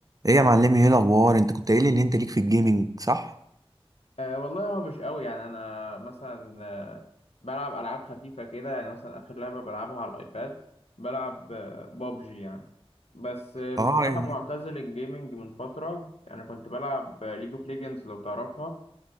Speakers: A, on the right; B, on the left.
A: ايه يا معلمي ايه الاخبار انت كنت قايل لي ان انت ليك في الجيمنج صح
B: أه والله هو مش قوي يعني انا مثلا أه بلعب العاب خفيفه كده يعني مثلا اخر لعبه بلعبها على الايباد بلعب أه بابجي يعني بس آه، بصراحه
A: اه يعني-
B: معتزل الجيمنج من فتره يعني كنت بلعب ليج اوف ليجندز لو تعرفها